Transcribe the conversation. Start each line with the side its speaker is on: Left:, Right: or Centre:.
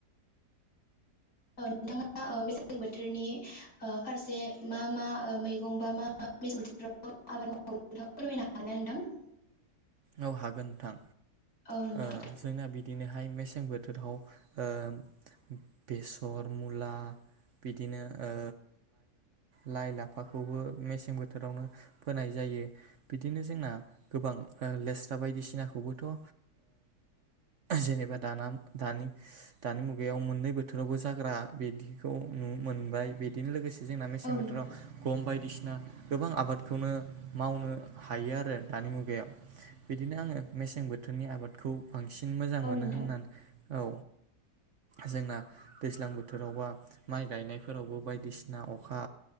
Left: ओ नोंथाङा ओ मेसें बोथ बोथोरनि ओ फारसे मा मा ओ मैगं बा मा मा मेसें बोथोराव आबाद मावो बे फोरमायनो हागोन ना नोंथां?
Right: औ हागोन नोंथां।
Left: औ नोंथां
Right: ओ जोंना बिदिनो हाय मेसें बोथोराव ओ बेसर मुला बिदिनो ओ लाइ -लाफाखौबो मेसें बोथोरावनो फोनाय जायो बिदिनो जोंना गोबां ओ लेस्रा बायदिसिनाखौबोथ' ओ जेनेबा दाना दानि दानि मुगायाव मोननै बोथोरावबो जाग्रा बिदिखौ नु मोनबाय बिदिनो लोगोसे जोंना मेसें
Left: औ नोंथां
Right: बोथोराव गम बायदिसिना गोबां आबादखौनो मावनो हायो आरो दानि मुगायाव। बिदिनो आङो मेसें बोथोरनि आबादखौ बांसिन मोजां
Left: औ
Right: मोनो
Left: नोंथां
Right: होननानै औ जोंना दैज्लां बोथोरावबा माइ गायनायफोरावबो बायदिसिना अखा